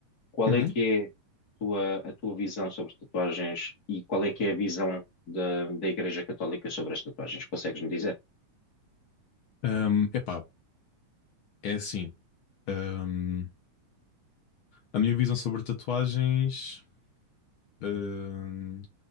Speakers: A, on the left; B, on the left.
A: Qual
B: Uhum.
A: é que é tua- a tua visão sobre tatuagens e qual é que é a visão da, da Igreja Católica sobre as tatuagens? Consegues-me dizer?
B: Um, epá, é assim. um, a minha visão sobre tatuagens um,